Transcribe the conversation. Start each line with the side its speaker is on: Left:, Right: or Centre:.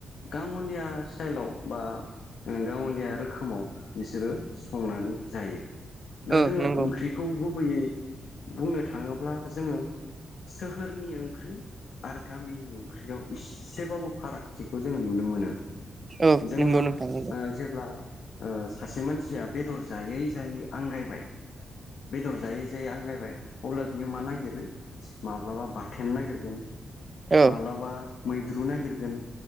Left: गाङलिया सिटाइलाव बा गावलिया रोखोमाव बिसोरो संनानै जायो दा
Right: ओ
Left: जोङो
Right: नंगौ
Left: ओंख्रिखौ गुबैयै बुंनो थाङोब्ला जोङो सोहोरनि ओंख्रि आरो गामिनि ओंख्रियाव इसेबाबो फारागथिखौ जों नुनो मोनो
Right: औ
Left: जोङो
Right: नंगौ नोंथां नंगौ
Left: ओ जेब्ला ओ सासे मानसिया बेदर जायै जायै आंगायबाय बेदर जायै जायै आंगायबाय अब्ला बियो मा नागिरो माब्लाबा बाथोन नागिरगोन
Right: औ
Left: माब्लाबा मैद्रु नागिरगोन